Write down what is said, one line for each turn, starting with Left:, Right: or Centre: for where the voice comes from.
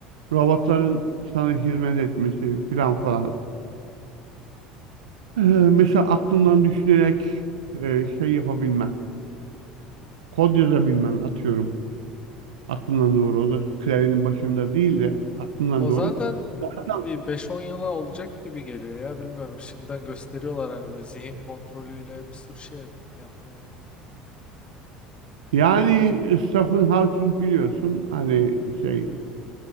Right: robotların sana hizmet etmesi filan falan. Ee, Mesela aklından düşünerek e, şey yapabilmen, kod yazabilmen atıyorum. Aklından doğru. O da klavyenin başında değil de aklından
Left: O
Right: doğru.
Left: zaten
Right: Hatta
Left: bir beş-on yıla olacak gibi geliyor ya bilmiyorum. Şimdiden gösteriyorlar hani böyle zihin kontrolüyle bir sürü şey yap- yapma yani.
Right: yani Stephen Hawking biliyorsun hani şey